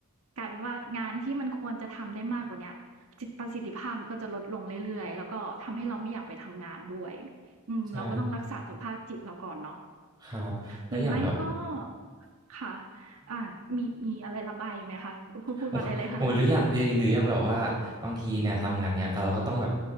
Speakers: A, on the right (about 75°); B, on the right (about 20°).
A: กลายเป็นว่างานที่มันควรจะทำได้มากกว่าเนี้ย ประสิทธิภาพมันก็จะลดลงเรื่อยๆแล้วก็ทำให้เราไม่อยากไปทำงานด้วยอืมเราก็ต้องรักษาสุขภาพจิตเราก่อนเนาะ
B: ใช่ครับแล้วอย่างแบบ
A: หรือไม่ก็ค่ะอ่ามีมีอะไรระบายอีกไหมคะ พูดพูดมาได้เลยค่ะ
B: โอ้โอ้ยหรืออย่างหรืออย่างแบบว่าบางทีเนี่ยทำงานเนี่ยเราก็ต้องแบบ
A: <laughs>